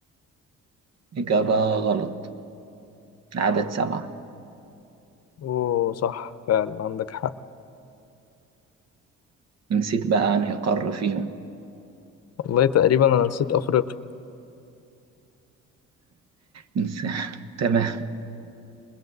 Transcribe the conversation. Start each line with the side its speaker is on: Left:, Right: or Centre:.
Right: إجابة غلط العدد سبعة
Left: اوه صح فعلا عندك حق
Right: نسيت بقى أنهي قارة فيهم
Left: والله تقريبا أنا نسيت أفريقيا
Right: نس... <laughs> تمام